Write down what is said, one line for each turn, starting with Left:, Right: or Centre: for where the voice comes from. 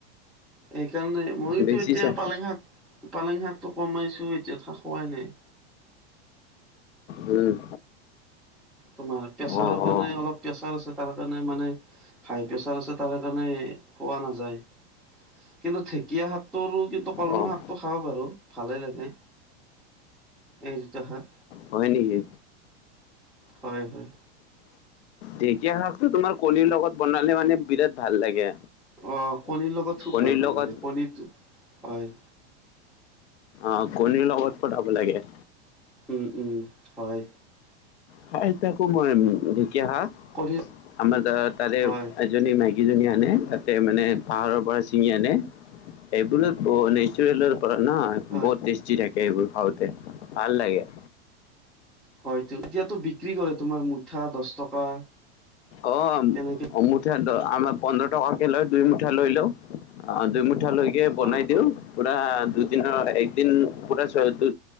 Centre: সেইকাৰণে ময়োতো
Left: বেচিছা
Centre: এতিয়া পালেং শাক পালেং শাকটো কমাইছো এতিয়া থা খোৱাই নাই।
Left: উম।
Centre: তোমাৰ প্ৰেছাৰৰ
Left: অ',
Centre: কাৰণে
Left: অ',
Centre: অলপ প্ৰেচাৰ আছে তাৰ কাৰণে মানে হাই প্ৰেছাৰ আছে তাৰ কাৰণে খোৱা নাযায়। কিন্তু ঢেকীয়া শাকটো কিন্তু কলমৌ
Left: অ'।
Centre: শাকটো খাব পাৰো ভালেই লাগে। এই যিটো শাক
Left: হয় নেকি?
Centre: হয়, হয়।
Left: ঢেঁকীয়া শাকটো তোমাৰ কণীৰ লগত বনালে মানে বিৰাট ভাল লাগে।
Centre: অ' কণীৰ লগত খুব
Left: কণীৰ
Centre: ভাল ভাল
Left: লগত
Centre: লাগে কণী হয়।
Left: অ' কণীৰ লগত বনাব লাগে।
Centre: উম, উম, হয়।
Left: খাই থাকো মই ঢেকীয়া শাক,
Centre: কণী
Left: আমাৰ ত তাৰে
Centre: হয়
Left: এজনী মাইকীজনী আনে তাতে মানে পাহাৰৰ পৰা ছিঙি আনে সেইবোৰ নেচৰলৰ পৰা ন
Centre: হয়
Left: বহুত টেষ্টি থাকে এইবোৰ খাওঁতে ভাল লাগে।
Centre: হয়টো। এতিয়াতো বিক্ৰী কৰে তোমাৰ মুঠা দছ টকা।
Left: অ'
Centre: তেনেকে
Left: অ' মুঠা আমাৰ পোন্ধৰ টকাকে লয় দুই মুঠা লৈ লওঁ, অ' দুই মুঠা লৈ কে
Centre: হয়
Left: বনাই
Centre: হয়
Left: দিওঁ। পুৰা দুদিনৰ একদিন পুৰা দু